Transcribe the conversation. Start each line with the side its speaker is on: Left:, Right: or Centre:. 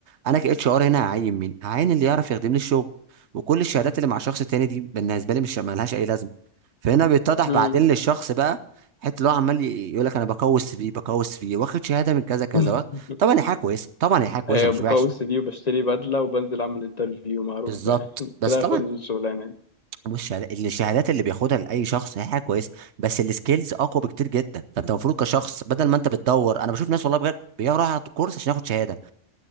Right: انا كاتش ار هنا هعين مين هعين اللي يعرف يخدم لي الشغل وكل الشهادات اللي مع الشخص التاني دي بالنسبه لي مش مالهاش اي لازمه فهنا بيتضح
Left: امم
Right: بعدين للشخص بقى حته اللي هو عمال يقول لك انا بقوي السي في بقوي السي في واخد شهاده من كذا كذا
Left: <laughs>
Right: طبعا هي حاجه كويسه طبعا هي حاجه كويسه
Left: ايوه
Right: مش
Left: بقوي
Right: وحش
Left: السي في وبشتري بدله وبنزل اعمل انترفيو معروف
Right: بالظبط
Left: يعني <laughs>
Right: بس
Left: كده
Right: طبعا
Left: هاخد الشغلانه
Right: مش الشهادات اللي بياخدها لاي شخص هي حاجه كويسه بس السكيلز اقوى بكتير جدا فانت المفروض كشخص بدل ما انت بتدور انا بشوف ناس والله بجد بيروح ياخد كورس عشان ياخد شهاده